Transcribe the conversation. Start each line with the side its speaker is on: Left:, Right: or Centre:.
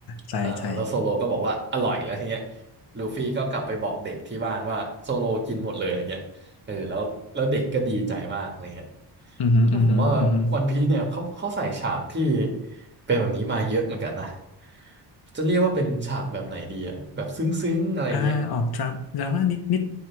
Left: ใช่ใช่
Right: อ่าแล้วโซโลก็บอกว่าอร่อยแล้วทีเนี้ยลูฟี่ก็กลับไปบอกเด็กที่บ้านว่าโซโลกินหมดเลยอะไรเงี้ยเออแล้วแล้วเด็กก็ดีใจมากอะไรเงี้ย
Left: อือฮึอือฮึอือฮึ
Right: ก็ผมว่าวันพีเนี่ยเขาเขาใส่ฉากที่เป็นแบบนี้มาเยอะเหมือนกันนะจะเรียกว่าเป็นฉากแบบไหนดีอะแบบซึ้งๆอะไรเงี้ย
Left: อ่าออกดราม่าดราม่านิดนิด